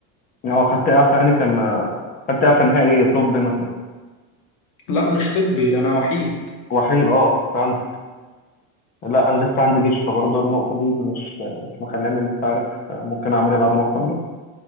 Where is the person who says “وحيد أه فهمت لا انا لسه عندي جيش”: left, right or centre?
Left